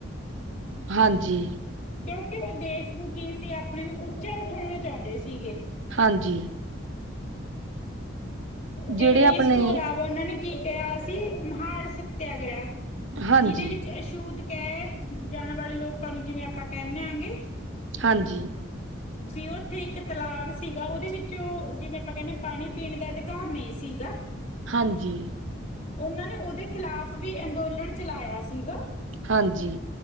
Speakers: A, on the right (about 70°); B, on the left (about 35°).
A: ਹਾਂਜੀ
B: ਕਿਉਂਕਿ ਉਹ ਦੇਸ਼ ਨੂੰ ਕੀ ਸੀ, ਆਪਣੇ ਨੂੰ ਉੱਚਾ ਉਠਾਉਣਾ ਚਾਹੁੰਦੇ ਸੀਗੇ।
A: ਹਾਂਜੀ
B: ਤੇ
A: ਜਿਹੜੇ ਆਪਣੇ
B: ਇਸ ਤੋਂ ਇਲਾਵਾ ਉਹਨਾਂ ਨੇ ਕੀ ਕਿਹਾ ਸੀ, ਮਹਾਨ ਸਤਿਆਗ੍ਰਹਿ,
A: ਹਾਂਜੀ
B: ਜਿਹਦੇ ਵਿੱਚ ਅਛੁਤ ਕਹਿ, ਜਾਣ ਵਾਲੇ ਲੋਕਾਂ ਨੂੰ ਜਿਵੇਂ ਆਪਾਂ ਕਹਿੰਨੇ ਆਂ ਜੀ
A: ਹਾਂਜੀ
B: ਵੀ ਉੱਥੇ ਇੱਕ ਤਲਾਬ ਸੀਗਾ, ਉਹਦੇ ਵਿੱਚੋਂ ਜਿਵੇਂ ਆਪਾਂ ਕਹਿੰਦੇ ਪਾਣੀ ਪੀਣ ਦਾ ਘਰ ਨਹੀਂ ਸੀਗਾ
A: ਹਾਂਜੀ
B: ਉਹਨਾਂ ਨੇ ਉਹਦੇ ਖਿਲਾਫ਼ ਵੀ ਅੰਦੋਲਨ ਚਲਾਇਆ ਸੀਗਾ
A: ਹਾਂਜੀ